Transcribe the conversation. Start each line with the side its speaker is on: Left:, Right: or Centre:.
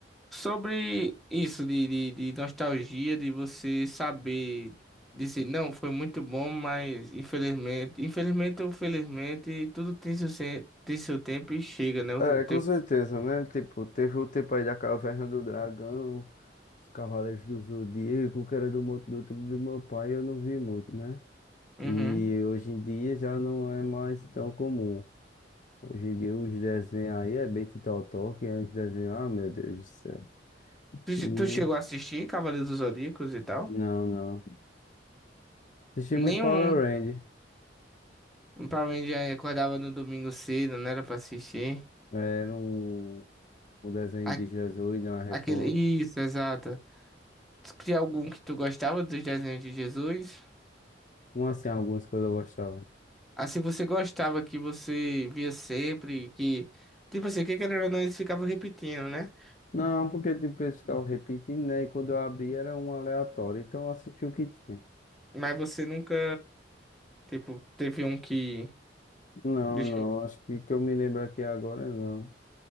Centre: Sobre isso de, de, de nostalgia, de você saber dizer, não, foi muito bom, mas infelizmente, infelizmente ou felizmente, tudo tem seu, se- tem seu tempo e chega, né? O
Left: É,
Centre: tempo.
Left: com certeza, né? Tipo, teve o tempo aí da Caverna do Dragão, os Cavaleiros do Zodíaco, que era do, mo- do tempo do meu pai, eu não vi muito, né?
Centre: Uhum.
Left: E hoje em dia já não é mais tão comum. Hoje em dia os desenhos aí é Betty Totó, que é uns desenhos, ah, meu Deus do céu.
Centre: Tu, che-
Left: E,
Centre: tu chegou a assistir Cavaleiros dos Zodíacos e tal?
Left: não, não. Assisti
Centre: Nenhum.
Left: muito Power Rangers,
Centre: Um Power Ranger acordava no domingo cedo, não era pra assistir.
Left: era um, um desenho
Centre: A-
Left: de Jesus, não da Record.
Centre: Aquele... Isso, exato. Tu Tinha algum que tu gostava dos desenhos de Jesus?
Left: Como assim, algumas que eu gostava.
Centre: Assim, você gostava que você via sempre, que... Tipo assim, que querendo ou não, eles ficavam repetindo, né?
Left: Não, porque tipo, eles ficavam repetindo, né? E quando eu abri era um aleatório, então eu assisti o que tinha.
Centre: Mas você nunca, tipo, teve um que...
Left: Não,
Centre: Deixa
Left: não,
Centre: eu...
Left: acho que que eu me lembro aqui agora, não.